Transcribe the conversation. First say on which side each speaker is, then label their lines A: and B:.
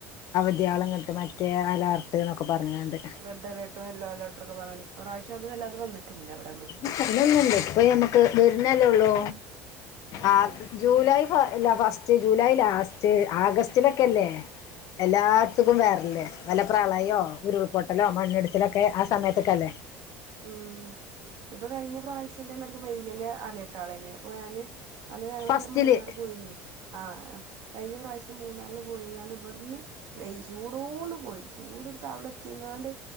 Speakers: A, on the left; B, on the right.
A: അവധിയാളങ്ങട്ട് മറ്റേ അലാർട്ട്ന്നൊക്കെ പറഞ്ക്കാണ്ട്.
B: റെഡ് അലർട്ട് യെല്ലോ അലർട്ടൊക്കെ പറഞ്ഞ് ഇപ്രാവശ്യം അത് വല്ലാതെ വന്നിട്ടില്ല ഇവിടൊന്നും
A: <unintelligible> ഇപ്പൊ ഞമ്മക്ക് വെരുന്നല്ലെ ഒള്ളു
B: അതാണ്
A: ആ ജൂലൈ ഫ ല ഫസ്റ്റ് ജൂലൈ ലാസ്റ്റ് ആഗസ്റ്റിലൊക്കെല്ലേ എല്ലാർത്തുക്കും വേറല്ലേ വെല്ലപ്രളയോ
B: ആ
A: ഉരുൾപൊട്ടലോ മണ്ണിടിച്ചലൊക്കെ ആ സമയത്തൊക്കെ അല്ലെ
B: ഉം ഇപ്പൊ കഴിഞ്ഞ പ്രാവിശ്യം ഇതെ മാര്ക്ക് വെയില് അലർട്ടാളേന് ഇപ്പൊ ഞാന് അന്ന് ഞങ്ങള്
A: ഫസ്റ്റില്
B: മൂന്നാറ് പോയിനി ആ കഴിഞ്ഞ പ്രാവശ്യം മൂന്നാറില് പോയിങ്ങാണ്ട് ഇവിടുന്ന് വെയി ചൂടോണ്ട് പോയി ചൂടടുത്ത് അവിടെത്തിങ്ങാണ്ട്